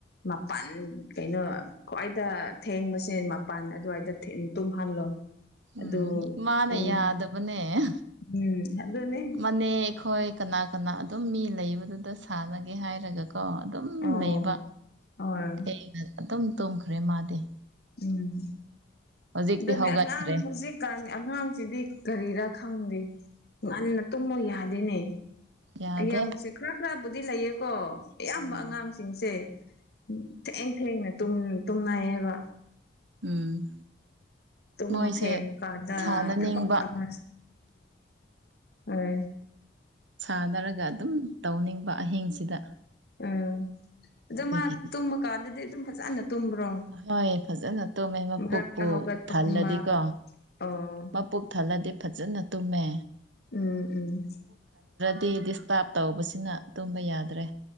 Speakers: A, on the left; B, on the right.
A: ꯃꯥ ꯄꯟ ꯀꯩꯅꯣ ꯈ꯭ꯋꯥꯏꯗ ꯊꯦꯡꯕꯁꯦ ꯃꯄꯟ ꯑꯗꯨꯋꯥꯏꯗ ꯊꯦ ꯇꯨꯝꯍꯜꯂꯣ
B: ꯎꯝ
A: ꯑꯗꯨ
B: ꯃꯥꯟꯅ
A: ꯄꯨꯡ
B: ꯌꯥꯗꯕꯅꯦꯗ
A: ꯎꯝ ꯑꯗꯨꯅꯦ
B: ꯃꯅꯦ ꯈꯣꯏ ꯀꯅꯥ ꯀꯅꯥ ꯑꯗꯨꯝ ꯃꯤ ꯂꯩ ꯂꯩꯕꯗꯨꯗ ꯁꯥꯟꯅꯒꯦ ꯍꯥꯏꯔꯒꯀꯣ ꯑꯗꯨꯝ
A: ꯑꯣ
B: ꯂꯩꯕ
A: ꯍꯣꯏ
B: ꯊꯦꯡꯅ ꯑꯗꯨꯝ ꯇꯨꯝꯈ꯭ꯔꯦ ꯃꯥꯗꯤ
A: ꯎꯝ
B: ꯍꯧꯖꯤꯛꯇꯤ
A: ꯑꯗꯨꯅꯦ
B: ꯍꯧꯒꯠꯈ꯭ꯔꯦ
A: ꯑꯉꯥꯡ ꯍꯧꯖꯤꯛꯀꯥꯟ ꯑꯉꯥꯡꯁꯤꯗꯤ ꯀꯔꯤꯔꯥ ꯈꯪꯗꯦ ꯉꯟꯅ ꯇꯨꯝꯃꯣ ꯌꯥꯗꯦꯅꯦ
B: ꯌꯥꯗꯦ
A: ꯏꯌꯥꯝꯕꯁꯦ ꯈꯔ ꯈꯔꯕꯨꯗꯤ ꯂꯩꯌꯦꯀꯣ ꯑꯌꯥꯝꯕ
B: ꯎꯝ
A: ꯑꯉꯥꯡꯁꯤꯡꯁꯦ ꯎꯝ ꯊꯦꯡ ꯊꯦꯡꯅꯩ ꯌꯦꯕ
B: ꯎꯝ
A: ꯇꯨꯝꯕ
B: ꯃꯣꯏꯁꯦ
A: ꯊꯦꯝꯕ ꯀꯟꯗ
B: ꯁꯥꯟꯅꯅꯤꯡꯕ
A: ꯊꯕꯛ ꯑꯃ ꯑꯣꯢ
B: ꯁꯥꯟꯅꯔꯒ ꯑꯗꯨꯝ ꯇꯧꯅꯤꯡꯕ ꯑꯍꯤꯡꯁꯤꯗ
A: ꯎꯝ ꯑꯗꯣ
B: ꯑꯗꯨꯒꯤꯅꯦ
A: ꯃꯥ ꯇꯨꯝꯃꯀꯥꯟꯗꯗꯤ ꯑꯗꯨꯝ ꯐꯖꯅ ꯇꯨꯝꯕ꯭ꯔꯣ
B: ꯍꯣꯏ ꯐꯖꯅ ꯇꯨꯝꯃꯦ ꯃ
A: ꯃꯔꯛꯇ
B: ꯄꯨꯛꯄꯨ
A: ꯍꯧꯒꯠꯄꯒꯨꯝꯕ
B: ꯊꯥꯟꯂꯗꯤꯀꯣ
A: ꯑꯣ
B: ꯃꯕꯨꯛ ꯊꯜꯂꯗꯤ ꯐꯖꯅ ꯇꯨꯝꯃꯦ
A: ꯎꯝ ꯎꯝ
B: ꯇꯦ ꯗꯤꯁ ꯇꯥꯔꯕ ꯇꯧꯕꯁꯤꯅ ꯇꯨꯝꯕ ꯌꯥꯗ꯭ꯔꯦ